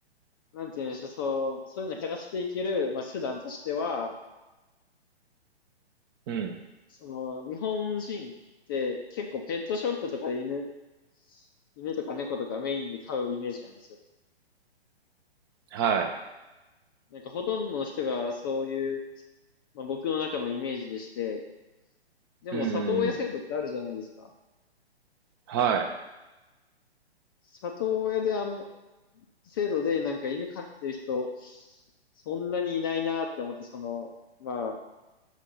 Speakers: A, on the left; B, on the right.
A: なんて言うんでしょう、そう、そういうのを減らしていける、まあ手段としては、
B: うん。
A: その、日本人って結構ペットショップとかで犬、犬とか猫とかメインで飼うイメージなんですよ。
B: はい。
A: なんかほとんどの人がそういう、まあ僕の中のイメージでして、でも里親制度ってあるじゃないですか。
B: うんうんうん。はい。
A: 里親であん、制度でなんか犬飼ってる人、そんなにいないなって思って、その、まあ、